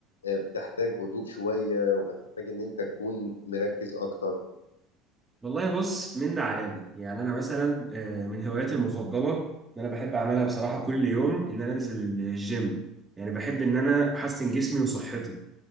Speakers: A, on the left; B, on the right.
A: بتحتاج هدوء شوية وبتحتاج إن أنت تكون مركز أكتر
B: والله بص من ده على ده يعني انا مثلا آه، من هواياتي المفضله ان انا بحب اعملها بصراحه كل يوم ان انا انزل الجيم يعني بحب ان انا احسن جسمي وصحتي